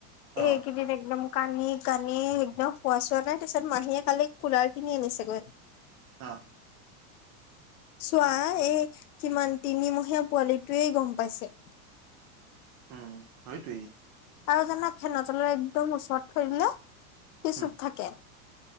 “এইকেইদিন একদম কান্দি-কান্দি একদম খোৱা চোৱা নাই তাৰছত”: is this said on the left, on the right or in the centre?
Left